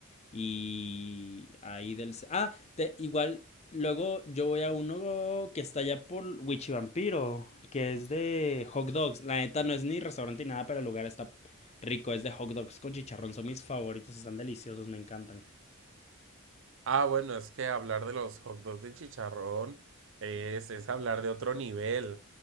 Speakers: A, on the left; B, on the right.
A: Y ahí del... Ah, te- igual, luego yo voy a uno que está allá por Wichivampiro, que es de hot dogs. La neta no es ni restaurante ni nada, pero el lugar está rico. Es de hot dogs con chicharrón. Son mis favoritos, están deliciosos, me encantan.
B: Ah, bueno, es que hablar de los hot dogs de chicharrón es, es hablar de otro nivel.